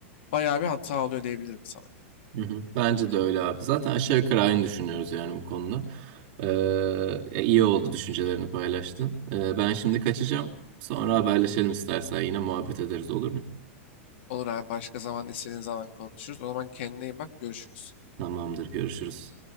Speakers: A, on the left; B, on the right.
A: bayağı bir hata oluyor diyebilirim sana.
B: hı hı. Bence de öyle abi. Zaten aşağı yukarı aynı düşünüyoruz yani bu konuda. Ee, e, iyi oldu düşüncelerini paylaştın. Ee, ben şimdi kaçacağım. Sonra haberleşelim istersen yine muhabbet ederiz olur mu?
A: Olur abi başka zaman istediğin zaman konuşuruz. O zaman kendine iyi bak görüşürüz.
B: Tamamdır, görüşürüz.